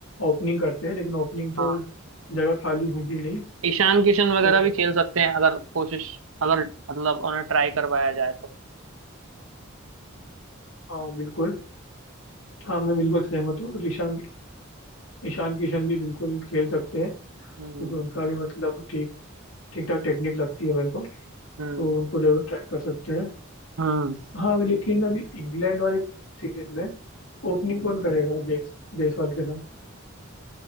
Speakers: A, on the left; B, on the right.
A: ओपनिंग करते हैं लेकिन ओपनिंग
B: हाँ
A: तो जगह खाली होगी नहीं
B: ईशान किशन वगैरह
A: तो
B: भी खेल सकते हैं अगर कोशिश अगर मतलब उन्हें ट्राई करवाया जाए तो
A: हाँ बिल्कुल हाँ मैं बिल्कुल सहमत हूँ ईशान ईशान किशन भी बिल्कुल खेल सकते हैं क्योंकि
B: हम्म
A: उनका भी मतलब ठीक ठीक ठाक टेक्निक लगती है मेरे को तो
B: हम्म
A: उनको जरूर ट्राई कर सकते हैं
B: हम्म
A: हाँ लेकिन अभी इंग्लैंड वाले सीरीज में ओपनिंग कौन करेगा जयस जायसवाल के साथ